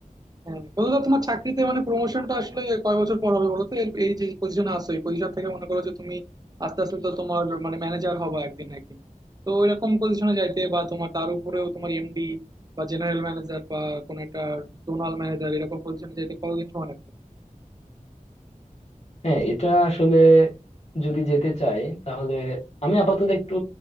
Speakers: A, on the right; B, on the left.
A: হ্যাঁ বলো তো তোমার চাকরিতে মানে প্রমোশনটা আসলে কয় বছর পর হবে বলো তো এর- এই যে পজিশনে আছো এই পজিশন থেকে মনে করো যে তুমি আস্তে আস্তে তো তোমার মানে ম্যানেজার হবা একদিন না একদিন তো ওইরকম পজিশনে যাইতে বা তোমার তার উপরেও তোমার এমডি বা জেনারেল ম্যানেজার বা কোন একটা জোনাল ম্যানেজার এরকম পজিশনে যাইতে কতদিন সময় লাগবে
B: হ্যাঁ এটা আসলে যদি যেতে চাই তাহলে আমি আপাতত একটু